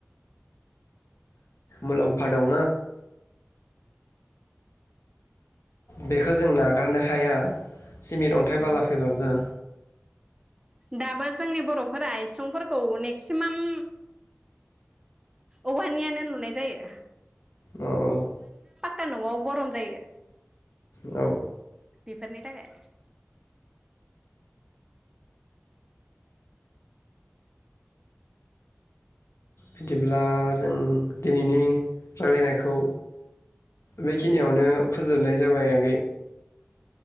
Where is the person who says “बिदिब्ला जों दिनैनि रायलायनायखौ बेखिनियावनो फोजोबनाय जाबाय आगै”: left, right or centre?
Left